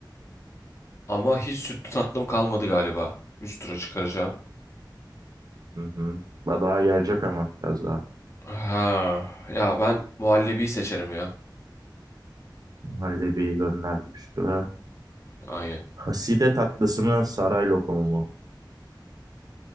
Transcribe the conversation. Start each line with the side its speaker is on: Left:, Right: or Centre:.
Left: Ama hiç sütlü tatlım kalmadı galiba. Üst tura çıkaracağım.
Right: Hı hı. Daha gelecek ama biraz daha.
Left: Ha, ya ben muhallebiyi seçerim ya.
Right: Muhallebiyi gönderdik üstüne.
Left: Aynen.
Right: Haside tatlısı mı saray lokumu mu?